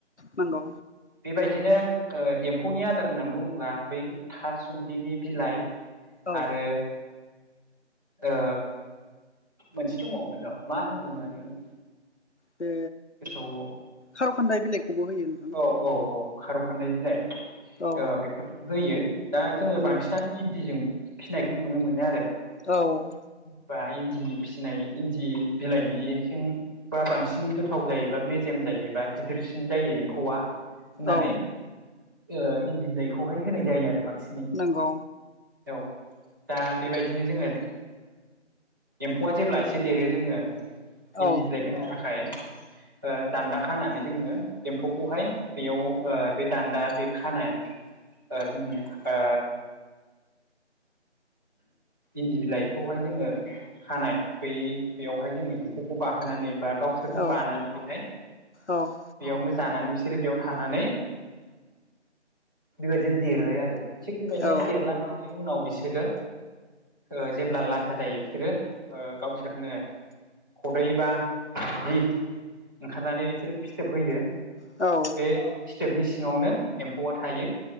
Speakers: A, on the left; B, on the right.
A: नंगौ।
B: बेबायदिनो ओ एम्फौनि आदार होननानै बुङोब्ला बै थासुम्लिनि बिलाइ
A: औ
B: आरो ओ मोनसे दंबावोमोन र' मा होनदोंमोन
A: बे
B: <unintelligible>
A: खार'खान्दाय बिलाइखौबो होयो। नोंथां
B: औ औ औ खार' खान्दाय बिलाय
A: औ
B: ओ बेफोर होयो दा जोङो
A: नंगौ
B: बांसिनानो इन्दिजों फिनायखौ नुनो मोनो आरो।
A: औ
B: बाहाय इन्दिनि फिनाय इन्दि बिलाइनिथिं बा बांसिन गोथाव जायोबा मेजेम जायोबा गिदिरसिन जायो एम्फौ औवा होनानै
A: औ
B: ओ इन्दि बिलाइ खौहाय होनाय जायो आरो बांसिनै,
A: नंगौ
B: औ। दा बेबायदिनो जोङो एम्फौआ ओ जेब्ला एसे देरो जोङो इन्दि
A: औ
B: बिलाइ होनो थाखाय ओ दान्दा खानानै जोङो एम्फौ खौहाय बेयाव बे दान्दा बे खानाय ओ जोंनि ओ इन्दि बिलाइखौहाय जोङो खानाय बै बेवहाय जोङो एम्फौखौ बाहोनानै बा गावसोर फोरनो
A: औ
B: बानानै बेहाय
A: औ
B: बेयावनो जानानै बिसोरो बेयाव थानानै बेबायदिनो देरो आरो थिग बेबायदिनो
A: औ
B: देरलांनानै उनाव बिसोरो ओ जेब्ला लाथा जायो बिसोरो ओ गावसोरनो खदै बा जि ओंखारनानै बिसोर फिथोब होयो।
A: औ
B: बै फिथोबनि सिङावनो एम्फौआ थायो